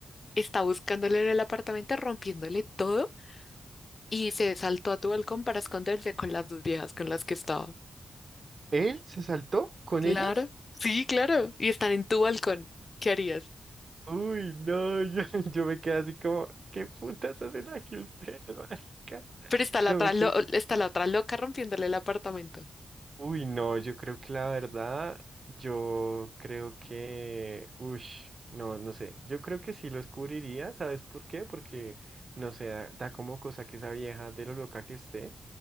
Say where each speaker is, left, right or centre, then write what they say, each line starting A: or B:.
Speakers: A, on the left (about 45°); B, on the right (about 50°).
A: está buscándole en el apartamento, rompiéndole todo y se saltó a tu balcón para esconderse con las dos viejas con las que estaba.
B: ¿Él se saltó con
A: Claro,
B: ellas?
A: sí, claro. Y están en tu balcón. ¿Qué harías?
B: Uy, no, yo, <laughs> yo me quedé así como, ¿qué putas hacen aquí ustedes, marica?
A: Pero está
B: Yo
A: la otra,
B: me
A: lo-
B: quedé,
A: está la otra loca rompiéndole el apartamento.
B: Uy, no, yo creo que la verdad, yo creo que, ush, no, no sé, yo creo que sí los cubriría, ¿sabes por qué? Porque, no sé, da, da como cosa que esa vieja de lo loca que esté,